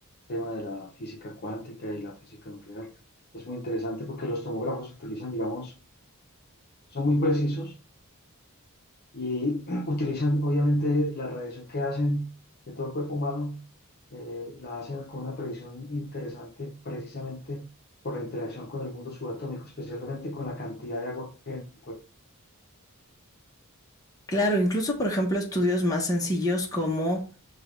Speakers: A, on the left; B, on the left.
A: tema de la física cuántica y la física nuclear. Es muy interesante porque los tomógrafos se utilizan, digamos, son muy precisos. y <clears throat> utilizan obviamente la radiación que hacen de todo el cuerpo humano, eh, la hacen con una precisión interesante precisamente por la interacción con el mundo subatómico, especialmente con la cantidad de agua que hay en el cuerpo.
B: Claro, incluso por ejemplo estudios más sencillos como